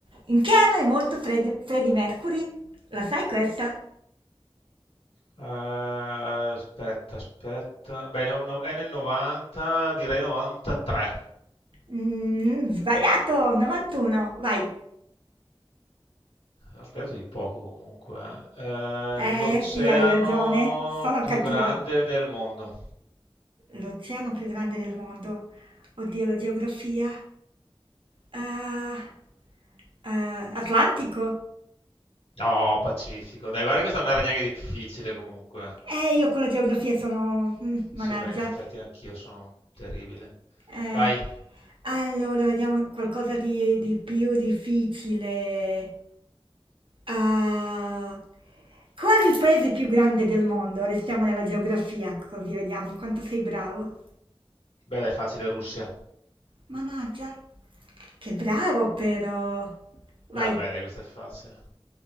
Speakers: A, on the right; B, on the left.
A: In che anno è morto Fred- Freddie Mercury? La sai questa?
B: Eh, aspetta, aspetta. Beh, no- no- è nel 90, direi 93.
A: Mm, sbagliato, 91, vai.
B: Aspetto di poco comunque. Eh, Eh,
A: Eh
B: l'oceano
A: sì, hai ragione, sono
B: più
A: cattiva.
B: grande del mondo.
A: L'oceano più grande del mondo. Oddio, la geografia. Ah, ah, Atlantico?
B: No, Pacifico. Dai, guarda che questa non era neanche difficile comunque.
A: Eh, io con la geografia sono... mm, managgia.
B: Sì, beh, in effetti anch'io sono terribile.
A: Eh,
B: Vai.
A: allora, vediamo qualcosa di, di più difficile. Ah, qual è il paese più grande del mondo? Restiamo nella geografia, così vediamo quanto sei bravo.
B: Beh, dai, facile, Russia.
A: Mannaggia, che bravo però. Vai.
B: Vabbè, dai, questa è facile.